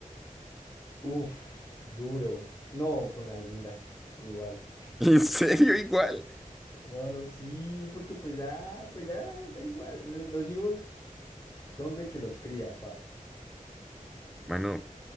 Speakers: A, on the left; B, in the centre.
A: Uf, duro. No, con la linda, igual.
B: <laughs> ¿En serio igual?
A: Bueno, sí, porque pues ya, pues ya, da igual. Lo- Los hijos. Son del que los cría, pa.
B: Mano,